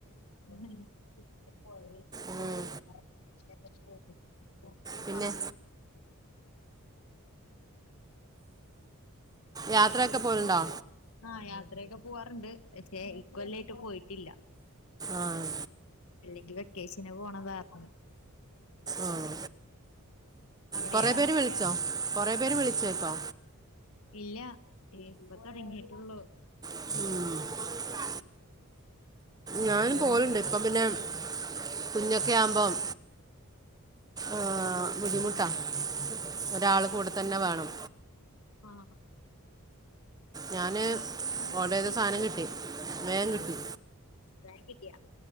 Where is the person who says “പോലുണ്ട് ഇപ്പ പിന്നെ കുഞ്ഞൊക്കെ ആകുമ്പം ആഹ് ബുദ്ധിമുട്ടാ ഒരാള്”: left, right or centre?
Right